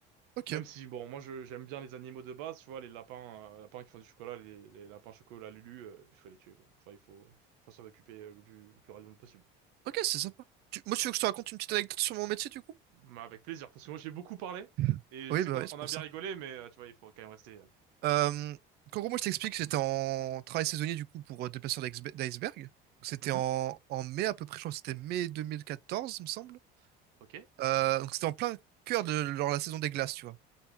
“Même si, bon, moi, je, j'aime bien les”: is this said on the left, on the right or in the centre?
Right